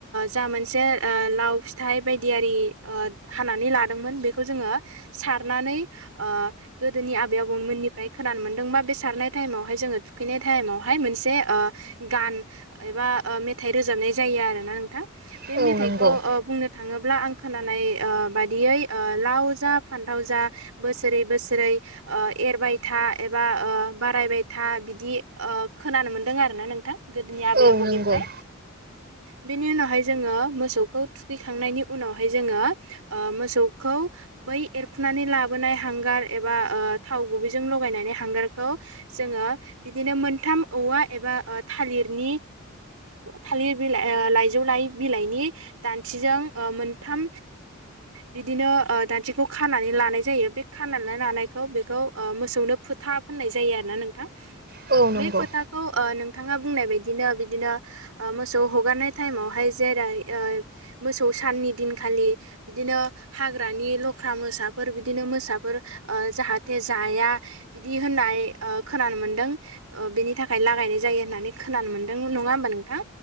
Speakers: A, on the right (about 90°); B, on the right (about 50°).
A: जा मोनसे लाव फिथाइ बायदिआरि हानानै लादोंमोन बेखौ जोङो सारनानै गोदोनि आबै आबौमोननिफ्राय खोनानो मोनदोंबा बे सारनाय टाइमावहाय जोङो थुखैनाय टाइमावहाय मोनसे गान एबा मेथाइ रोजाबनाय जायो आरो ना नोंथां बे
B: औ
A: मेथाइखौ
B: नंगौ
A: बुंनो थाङोब्ला आं खोनानाय बादियै लाव जा फान्थाव जा बोसोरै बोसोर जेरै एरबाय था एबा बारायबाय था बिदि खोनानो मोन्दों आरो ना नोंथां गोदोनि
B: औ
A: आबै आबौनिफ्राय
B: नंगौ
A: बेनि उनावहाय जोङो मोसौखौ थुखैखांनायनि उनावहाय जोङो मोसौखौ बै एरखुनानै लाबोनाय हांगार एबा थाव गुबैजों लायनानै हांगारखौ जोङो बिदिनो मोनथाम औवा एबा थालिरनि थालिर बिलाइ लाइजौ लाइ बिलाइनि दान्थिजों मोनथाम बिदिनो दान्थिखौ खानानै लानाय जायो बे खा ना लानायखौ बेखौ मोसौनो फोथाब फोनाय जायो आरो ना नोंथां
B: औ नंगौ
A: बे फोथाखौ ओ नों थाङा बुंनाय बायदिनो बिदिनो मोसौ हगारनाय टाइमावहाय जेरै मोसौ साननि दिनखालि बिदिनो हाग्रानि लख्रा मोसाफोर बिदिनो मोसाफोर ओ जाहाथे जाया बिदि होननाय खोनानो मोनदों बेनि थाखाय लागायनाय जायो होननानै खोनानो मोनदों नङा होमबा नोंथां